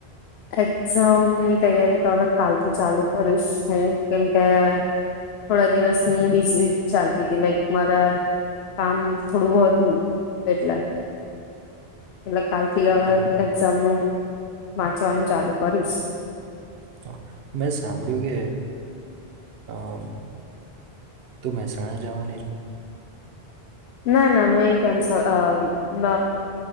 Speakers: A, on the left (about 80°); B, on the right (about 70°).
A: એક્ઝામની તૈયારી તો હવે કાલથી ચાલુ કરીશ હું, કેમકે થોડા દિવસ હું બીઝી ચાલતી હતી લાઈક મારે કામ થોડું હતું એટલે. એટલે કાલથી હવે
B: બરોબર
A: એક્ઝામ નું વાંચવાનું ચાલુ કરીશ.
B: હા. મેં સાંભળ્યું કે અહ તું મહેસાણા જવાની છો.
A: ના, ના મેં કેમ સ અહ ન